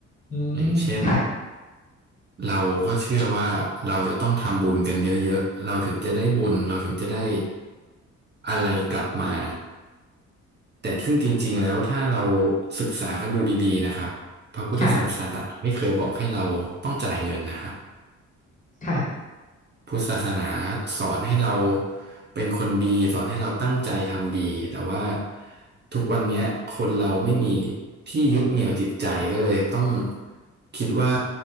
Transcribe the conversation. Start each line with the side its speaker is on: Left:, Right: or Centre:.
Left: อืมค่ะ
Right: อย่างเช่นเราก็เชื่อว่าเราจะต้องทำบุญกันเยอะๆเราถึงจะได้บุญเราถึงจะได้อะไรกลับมาแต่ซึ่งจริงๆแล้วถ้าเราศึกษากันดูดีๆนะครับพระพุทธศาสนาไม่เคยบอกให้เราต้องจ่ายเงินนะครับ
Left: ค่ะค่ะ
Right: พุทธศาสนาสอนให้เราเป็นคนดีสอนให้เราตั้งใจทำดีแต่ว่าทุกวันเนี้ยคนเราไม่มีที่ยึดเหนี่ยวจิตใจก็เลยต้องคิดว่า